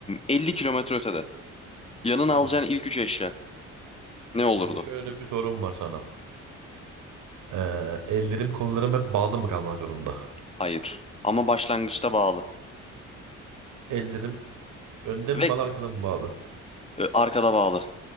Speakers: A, on the left; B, on the right.
A: 50 kilometre ötede. Yanına
B: Tamam.
A: alacağın ilk üç eşya ne olurdu?
B: Şimdi şöyle bir sorum var sana. Ee, ellerim kollarım hep bağlı mı kalmak zorunda?
A: Hayır. Ama başlangıçta bağlı.
B: Ellerim önde mi
A: Ve
B: bağlı arkada mı bağlı?
A: Ö, Arkada bağlı.